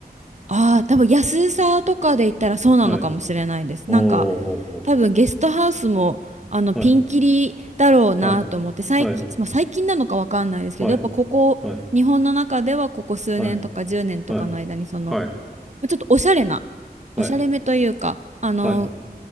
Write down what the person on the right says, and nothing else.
ああ、多分安さとかで言ったらそうなのかもしれないです。
なんか、多分ゲストハウスも、あの、ピンキリだろうなと思って、
最近、
まあ、最近なのかわかんないですけど、
やっぱここ、
日本の中ではここ数年とか10年とかの間に、
その、
ちょっとおしゃれな、
おしゃれめというか、あの、